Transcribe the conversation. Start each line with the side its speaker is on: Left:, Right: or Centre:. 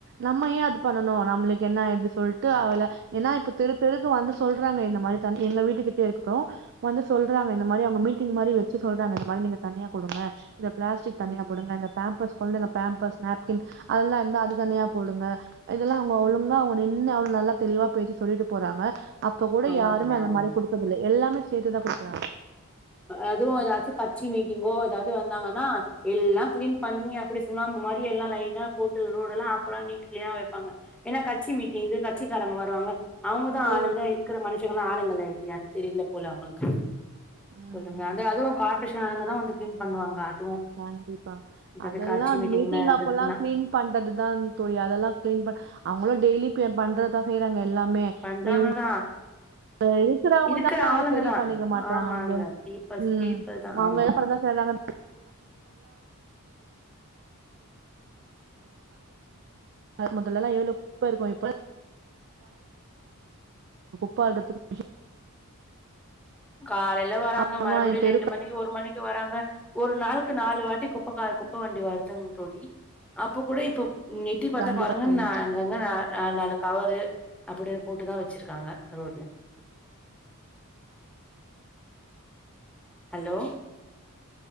Right: நம்ம ஏன் அது பண்ணணும் நம்மளுக்கு என்ன இப்டி சொல்ட்டு அவள ஏன்னா இப்ப தெரு தெருக்கு வந்து சொல்றாங்க இந்த மாறி தண்ணி எங்க வீட்டுக்கிட்ட இருக்கட்டும் வந்து சொல்றாங்க இந்த மாறி அங்க மீட்டிங் மாறி வச்சு சொல்றாங்க இந்த மாறி நீங்க தனியா குடுங்க இந்த பிளாஸ்டிக் தனியா
Centre: ம்
Right: குடுங்க இந்த பேம்பர்ஸ் கொழந்தைங்க பேம்பர்ஸ் நாப்கின் அதெல்லா இருந்தா அது தனியா போடுங்க இதெல்லா அவுங்க ஒழுங்கா அவுங்க நின்னு அவ்ளோ நல்லா தெளிவா பேசி சொல்லிட்டு போறாங்க அப்ப கூட
Centre: ஆமா
Right: யாருமே
Centre: தோழி
Right: அந்த
Centre: ஆமா
Right: மாறி
Centre: தோழி
Right: குடுக்கதில்ல எல்லாமே சேத்துதா குடுக்கறாங்க
Centre: அதுவும் ஏதாச்சு கட்சி மீட்டிங்கோ ஏதாவது வந்தாங்கன்னா எல்லா கிளீன் பண்ணி அப்டி சுண்ணாம்பு மாறி எல்லா லைனா போட்டு ரோடு எல்லா அப்பல்லா நீட் க்ளீனா வெப்பாங்க ஏன்னா கட்சி மீட்டிங்கு கட்சிக்காரங்க வருவாங்க அவுங்கதா ஆளுங்க
Right: ஏ
Centre: இருக்கிற மனுஷங்கல்லா ஆளுங்கள இல்லயான்னு தெரியல போல அவங்களுக்கு
Right: உம்
Centre: சொல்லுங்க அந்த அதுவு கார்ப்ரேஷன் ஆளுங்கதா வந்து க்ளீன் பண்ணுவாங்க அதுவு
Right: கண்டிப்பா
Centre: ஏதாவது
Right: அதெல்லா
Centre: கட்சி
Right: அந்த
Centre: மீட்டிங்லா
Right: மீட்டிங்
Centre: இருந்துச்சுன்னா
Right: அப்பெல்லா க்ளீன் பண்றதுதா தோழி அதெல்லா க்ளீன் பண் அவங்கல்லா டெய்லி பே பண்றதுதா செய்றாங்க எல்லாமே
Centre: பண்றாங்கதா
Right: இவங்க இங்க இருக்கிறவங்க
Centre: இருக்கிற
Right: தா
Centre: ஆளுங்க
Right: சரி
Centre: தா
Right: பண்ணிக்க மாட்றாங்க
Centre: ஆமாங்க
Right: இங்க
Centre: பீப்புள்ஸ்
Right: உம்
Centre: பீப்புள் தா
Right: அவங்க
Centre: ஆமா
Right: என் <unintelligible> செய்றாங்க <unintelligible> மொதல்லல்லா எவ்ளோ குப்பை இருக்கும் <unintelligible> குப்பை அள்றதுக்கு
Centre: காலைல வராங்க
Right: அப்புறமா
Centre: மறுபடி
Right: தெருக்கள்
Centre: ரெண்டு மணி ஒரு மணிக்கு வராங்க ஒரு நாளுக்கு நாலு வாட்டி குப்பைக்கார குப்பை வண்டி வருதுங் தோழி அப்ப கூட இப்ப நெட்டி பாத்தா
Right: கண்டிப்பா
Centre: பாருங்க
Right: தோழி.
Centre: நா அங்கங்க நா நாலு நாலு கவரு அப்டி போட்டுதா வச்சிருக்காங்க ரோட்ல ஹலோ,